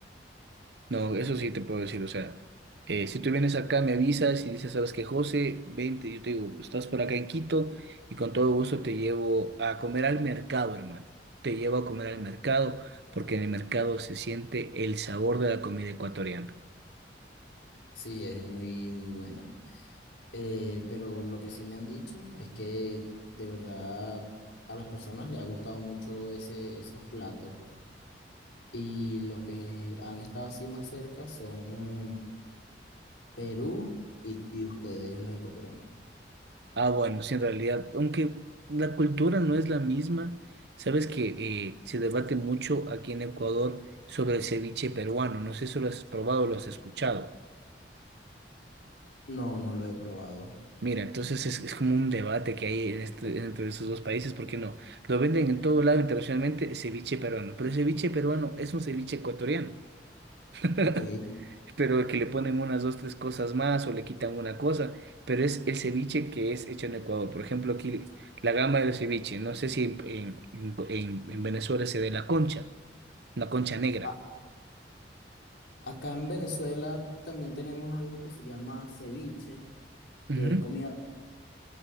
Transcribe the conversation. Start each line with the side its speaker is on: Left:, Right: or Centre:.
Right: No, eso sí te puedo decir, o sea, eh, si tú vienes acá, me avisas y dices, sabes que José, vente, yo te digo, estás por acá en Quito y con todo gusto te llevo a comer al mercado, hermano. Te llevo a comer al mercado porque en el mercado se siente el sabor de la comida ecuatoriana.
Left: Sí, es muy, muy buena. Eh, pero lo que sí me han dicho es que de verdad a las personas les ha gustado mucho ese, esos platos. Y los que han estado así más cerca son Perú y, y ustedes, los ecuatorianos.
Right: Ah, bueno, sí, en realidad, aunque la cultura no es la misma, sabes que eh, se debate mucho aquí en Ecuador sobre el ceviche peruano. No sé si lo has probado o lo has escuchado.
Left: No, no lo he probado.
Right: Mira, entonces es, es como un debate que hay en este- entre esos dos países, porque no, lo venden en todo lado internacionalmente ceviche peruano, pero el ceviche peruano es un ceviche ecuatoriano, <laughs>
Left: Ok.
Right: pero que le ponen unas dos, tres cosas más o le quitan una cosa, pero es el ceviche que es hecho en Ecuador. Por ejemplo, aquí la gama del ceviche, no sé si en, en, en- en Venezuela se ve la concha, una concha negra.
Left: A- acá en Venezuela también tenemos algo que se llama ceviche,
Right: Ujú,
Left: que es comida.